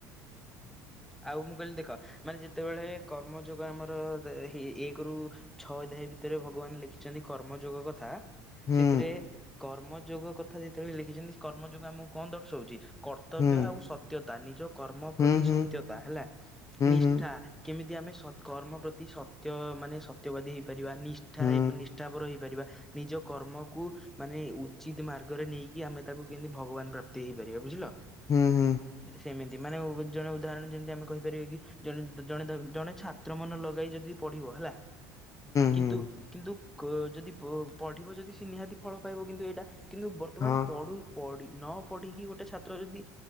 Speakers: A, in the centre; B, on the left.
A: ଆଉ ମୁଁ କହିଲି ଦେଖ ମାନେ ଯେତେବେଳେ କର୍ମଯୋଗ ଆମର ହେ ଏକରୁ ଛଅ ଅଧାୟ ଭିତରେ ଭଗବାନ ଲେଖିଛନ୍ତି କର୍ମଯୋଗ କଥା।
B: ହୁଁ
A: ସେଥିରେ କର୍ମଯୋଗ କଥା ଯେତେବେଳେ ଲେଖିଛନ୍ତି କର୍ମଯୋଗ ଆମକୁ କଣ ଦର୍ଶଉଛି? କର୍ତ୍ତବ୍ୟ
B: ହୁଁ
A: ଆଉ ସତ୍ୟତା ନିଜ କର୍ମ
B: ହୁଁ
A: ପ୍ରତି
B: ହୁଁ
A: ସତ ସତ୍ୟତା ହେଲା ନିଷ୍ଠା
B: ହୁଁ
A: କେମିତି ଆମେ ସ କର୍ମ ପ୍ରତି ସତ୍ୟ ମାନେ ସତ୍ୟବାଦୀ ହୋଇଇପାରିବା ନିଷ୍ଠା
B: ହୁଁ
A: ହେ ନିଷ୍ଠାପର ହୋଇଇପାରିବା। ନିଜ କର୍ମକୁ ମାନେ ଉଚିତ ମାର୍ଗରେ ନେଇକି ଆମେ ତାକୁ କେମିତି ଭଗବାନ ପ୍ରାପ୍ତି ହେଇପାରିବା ବୁଝିଲ।
B: ହଁ ହଁ।
A: ସେମିତି ମାନେ ଜଣେ ଉଦାହରଣ ଯେମିତି ଆମେ କହିପାରିବାେ କି ଜଣେ ଜଣେ ଜଣେ ଛାତ୍ର ମନ ଲଗାଇ ଯଦି ପଢିବ ହେଲା। କିନ୍ତୁ
B: ହୁଁ
A: କିନ୍ତୁ କ ଯଦି ପ-ପଢିବ ଯଦି ସେ ନିହାତି ଫଳ ପାଇବ କିନ୍ତୁ ଏଇଟା। କିନ୍ତୁ ବର୍ତ୍ତମାନ
B: ହଁ
A: ପଢ଼ୁ ପଢ଼ି ନ ପଢ଼ିକି ଗୋଟେ ଛାତ୍ର ଯଦି